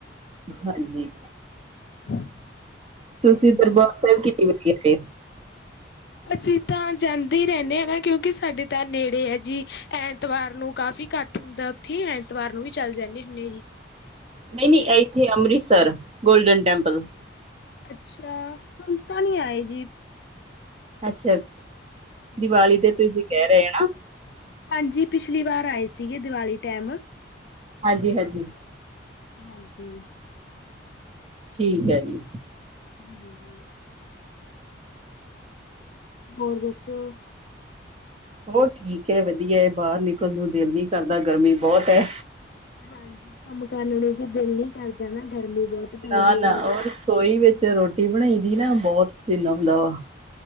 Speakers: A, on the right; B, on the left.
A: ਹਾਂਜੀ
B: ਹਮ
A: ਤੁਸੀਂ ਦਰਬਾਰ ਸਾਹਿਬ ਕਿੰਨੀ ਵਜੇ ਆ
B: ਅਸੀਂ ਤਾਂ ਜਾਂਦੇ ਹੀ ਰਹਿੰਦੇ ਹ ਨਾ ਕਿਉਂਕਿ ਸਾਡੇ ਤਾਂ ਨੇੜੇ ਹੈ ਜੀ ਐਤਵਾਰ ਨੂੰ ਕਾਫ਼ੀ ਘੱਟ ਹੁੰਦਾ ਉੱਥੇ ਐਤਵਾਰ ਨੂੰ ਵੀ ਚੱਲ ਜਾਂਦੇ ਹੁੰਦੇ ਜੀ
A: ਨਹੀਂ ਨਹੀਂ ਇੱਥੇ ਅੰਮ੍ਰਿਤਸਰ ਗੋਲਡਨ ਟੈਂਪਲ
B: ਅੱਛਾ ਹੁਣ ਤਾਂ ਨਹੀਂੀ ਆਏ ਜੀ
A: ਅੱਛਾ
B: ਹਾਂਜੀ
A: ਦੀਵਾਲੀ ਤੇ ਤੁਸੀਂ ਕਹਿ ਰਹੇ ਨਾ
B: ਹਾਂਜੀ ਪਿਛਲੀ ਵਾਰ ਆਏ ਸੀਗੇ ਦੀਵਾਲੀ ਟਾਈਮ
A: ਹਾਂਜੀ ਹਾਂਜੀ
B: ਹਾਂਜੀ
A: ਠੀਕ ਹੈ ਜੀ
B: ਹੂੰ ਹੂੰ ਹੋਰ ਦੱਸੋ
A: ਹੋਰ ਠੀਕ ਹੈ ਵਧੀਆ ਹੈ ਬਾਹਰ ਨਿਕਲਣ ਨੂੰ ਦਿਲ ਨਹੀ ਕਰਦਾ ਗਰਮੀ ਬਹੁਤ ਹੈ
B: ਹਾਂਜੀ ਕੰਮ ਕਰਨ ਨੂੰ ਵੀ ਦਿਲ ਨਹੀ ਕਰਦਾ ਨਾ ਗਰਮੀ ਬਹੁਤ ਪੈਂਦੀ
A: ਨਾ
B: ਹੈ
A: ਨਾ
B: ਬਸ
A: ਉਹ ਰਸੋਈ ਵਿੱਚ ਰੋਟੀ ਰੋਟੀ ਬਣਾਈ ਦੀ ਨਾ ਬਹੁਤ ਪਸੀਨਾ ਆਉਂਦਾ ਹੈ!